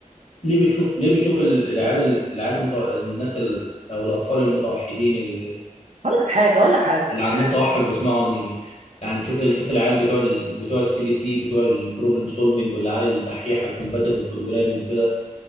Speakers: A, on the left; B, on the right.
A: ليه بتشوف ليه بتشوف ال- العيال ال- العيال المتع... الناس ال... او الاطفال المتوحدين ال-
B: هقول لك حاجه هقول لك حاجه
A: اللي عندهم توحد بيسمعوا انمي يعني تشوف ال- تشوف العيال بتوع ال... بتوع السي بي سي بتوع البروبلم سولفنج والعيال الدحيحه الكومباتيتيف بروجرامينج كده